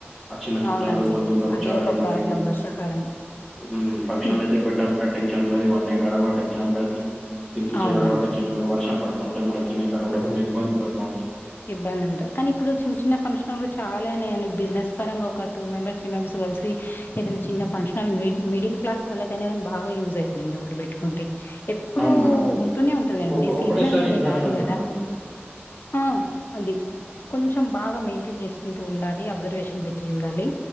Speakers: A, in the centre; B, on the left.
A: అచ్చిన చుట్టాలకు,
B: అవునండి
A: బంధువులకు
B: అది
A: చాలా
B: ఒక
A: ఇబ్బన్దయితున్ది
B: ప్రాబ్లం వర్షాకాలం
A: <unintelligible> మ్ ఫంక్షనలైతే
B: హ్మ్.
A: బెటరున్టయ్. టెన్షనున్డది వండే కాడ కూడా టెన్షన్ ఉన్డది తిన్పిచే
B: అవునండి
A: కాడ కూడా టెన్షన్టీ <unintelligible> వర్షం పడతున్టె మడ తినే కాడ కూడా కొన్ని ఇబ్బంది పడత ఉంటర్
B: ఇబ్బందున్టది కానీ ఇప్పుడు చిన్, చిన్న ఫంక్షనల్లు చాలా అయినయన్డి బిజినెస్ పరంగా ఒక టూ మెంబర్, త్రీ మెంబర్స్ కల్సి. ఏదైనా చిన్న ఫంక్షనల్ మిడి, మిడిల్ క్లాస్ వాళ్ళకైనగన్ బాగా యూజయిద్దండి ఒకటి బెట్కుంటే. ఎప్పుడు
A: అవును మేడం.
B: ఉంటూనే ఉన్టది గాన్డి
A: ఒక్క
B: సీజనలే
A: ఒకటేసారి
B: అని
A: ఇన్వెస్ట్‌మెంట్
B: గాదు కదా
A: మేడం అది.
B: ఆ. అది కొంచెం బాగా మెయిన్టెన్ జేస్కుంటూ ఉండాలి, అబ్జర్వేషన్ బెట్టి చూడాలి.